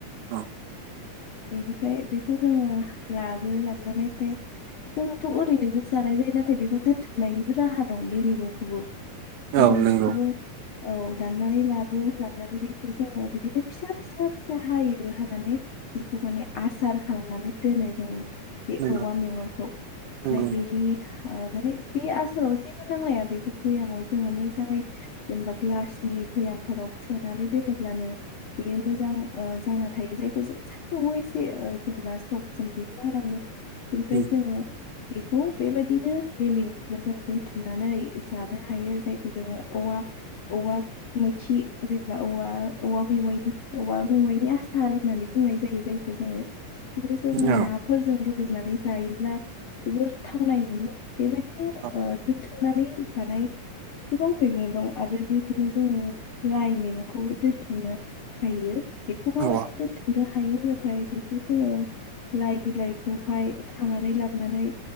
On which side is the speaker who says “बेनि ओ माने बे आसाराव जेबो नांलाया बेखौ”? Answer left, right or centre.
Left